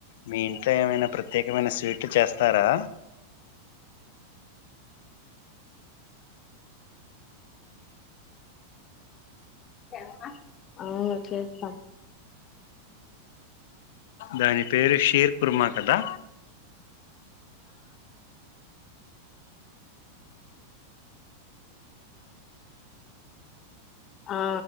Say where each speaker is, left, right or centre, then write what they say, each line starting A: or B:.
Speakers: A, on the left (about 55°); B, on the left (about 30°).
A: మీ ఇంట్లో ఏమైనా ప్రతె ఏవన్న స్వీట్లు చేస్తారా?
B: ఈ అమ్మ. అవును చేస్తాం.
A: దాని పేరు షీర్ కుర్మా కదా?
B: ఆ